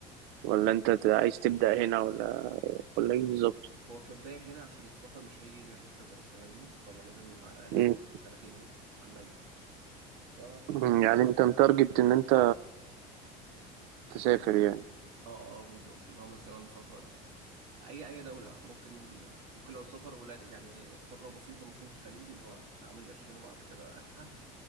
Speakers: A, on the right; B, on the right.
A: ولا انت ت- عايز تبدأ هنا ولا ولا ايه
B: هو
A: بالظبط
B: هو كبداية هنا عشان السفر مش هيجي غير بخبرة فاهمني فأنا لازم على الأقل
A: امم
B: سنتين سنتين هنا على الميت ف
A: أمم، يعني انت متارجت ان انت تسافر
B: مم.
A: يعني
B: اه اه بالظبط اللي هو مثلا سفر أي أي دولة ممكن ممكن لو سفر قليل يعني فترة بسيطة ممكن الخليج اللي هو أعمل قرشين وبعد كده أخلع